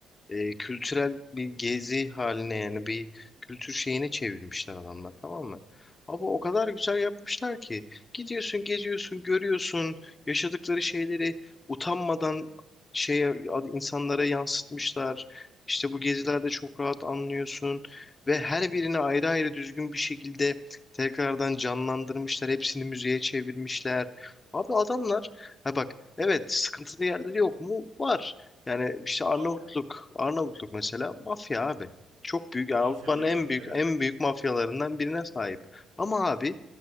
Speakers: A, on the left; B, on the right.
A: e, kültürel bir gezi haline yani bir kültür şeyine çevirmişler adamlar tamam mı? Ama
B: Hı
A: o kadar güzel yapmışlar ki gidiyorsun geziyorsun görüyorsun yaşadıkları şeyleri utanmadan şeye insanlara yansıtmışlar. İşte bu gezilerde
B: hı.
A: çok rahat anlıyorsun ve her birini ayrı ayrı düzgün bir şekilde tekrardan canlandırmışlar. Hepsini müziğe çevirmişler. Abi adamlar ha bak evet sıkıntılı yerleri yok mu? Var. Yani işte Arnavutluk,
B: Muhakkak.
A: Arnavutluk mesela mafya abi. Çok büyük, yani
B: Mafyaları
A: Avrupa'nın en
B: var.
A: büyük
B: Evet.
A: en büyük mafyalarından birine sahip. Ama abi